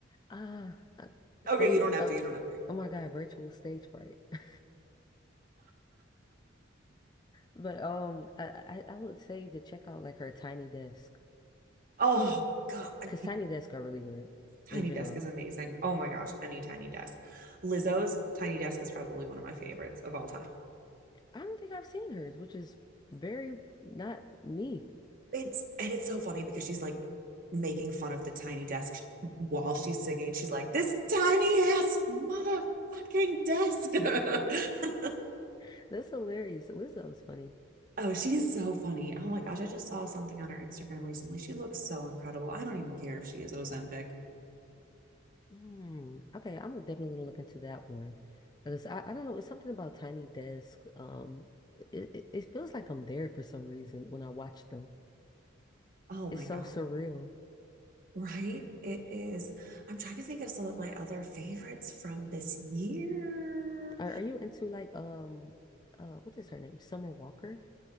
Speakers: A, on the left; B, on the right.
A: Ah, uh, stage.
B: Okay, you don't have
A: Uh,
B: to. You don't have to.
A: oh my God, virtual stage fright. <laughs> But um, I, I I would say to check out like her Tiny Desk
B: <laughs> oh god, a
A: because Tiny Desk are really good
B: tiny
A: in general.
B: desk is amazing. Oh my gosh, any tiny desk. Lizzo's tiny desk is probably one of my favorites of all time.
A: I don't think I've seen hers, which is very not me.
B: It's and it's so funny because she's like making fun of the tiny desk while she's singing. She's like, "This tiny ass motherfucking desk." <laughs>
A: <laughs> That's hilarious. Lizzo's funny.
B: oh, she is so funny. Oh my gosh, I just saw something on her Instagram recently. She looks so incredible. I don't even care if she is Ozempic.
A: Hmm. Okay, I'm definitely gonna look into that one because I, I don't know. It's something about Tiny Desk. Um, it, it it feels like I'm there for some reason when I watch them.
B: Oh
A: It's
B: my
A: so
B: god.
A: surreal.
B: Right? It is. I'm trying to think of some of my other favorites from this year.
A: Are, are you into like um uh what is her name? Summer Walker?